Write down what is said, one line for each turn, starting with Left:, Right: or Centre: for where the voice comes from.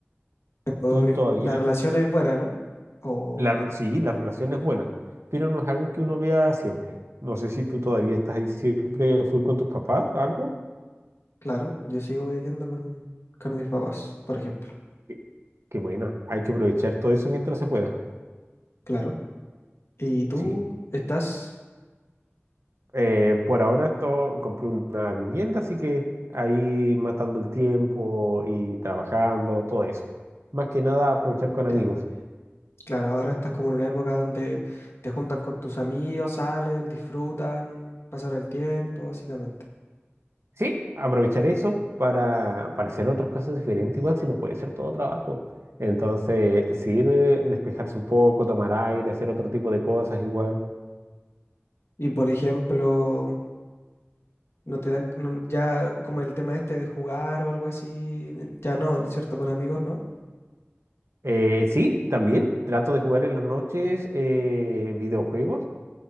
Left: O,
Right: Tú todavía,
Left: la relación es buena, ¿no? O,
Right: la, re- sí, la relación es buena, pero no es algo que uno vea siempre. No sé si tú todavía estás ahí siempre full con tus papás, algo.
Left: claro, yo sigo viviendo con, con mis papás, por ejemplo.
Right: Qué qué buena, hay que aprovechar todo eso mientras se pueda.
Left: Claro. ¿Y tú
Right: Sí.
Left: estás?
Right: Eh, por ahora esto, compré una vivienda, así que ahí matando el tiempo y trabajando, todo eso. Más que nada aprovechar
Left: Entiendo.
Right: con amigos.
Left: Claro, ahora estás como en una época donde te juntan con tus amigos, salen, disfrutan, pasan el tiempo, básicamente.
Right: Sí, aprovechar eso para, para hacer otras cosas diferentes, igual si no puede ser todo trabajo. Entonces, sirve despejarse un poco, tomar aire, hacer otro tipo de cosas igual.
Left: Y por ejemplo, No te dan, no- ya como el tema este de jugar o algo así, ya no, ¿no es cierto? Con amigos no,
Right: Eh, sí, también trato de jugar en las noches eh, videojuegos